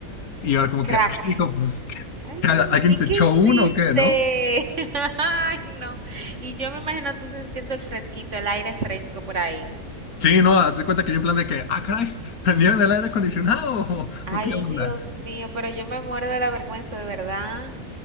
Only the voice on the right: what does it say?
Crack.
Ay,
¿y
qué
hiciste?
<laughs> Ay, no. Y yo me imagino tú sintiendo el fresquito, el aire fresco por ahí.
Ay,
Dios mío, pero yo me muero de la vergüenza, de verdad.